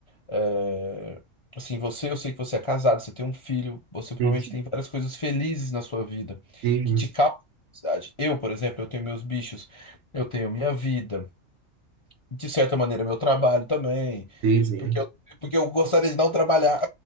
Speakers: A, on the left (about 35°); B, on the right (about 65°).
A: é, assim, você, eu sei que você é casado, você tem um filho, você provavelmente
B: Sim,
A: tem várias coisas felizes na sua vida
B: sim,
A: que te causam felicidade. Eu, por exemplo, eu tenho meus bichos, eu tenho minha vida, de certa maneira, meu trabalho também,
B: sim. sim.
A: porque eu, porque eu gostaria de não trabalhar.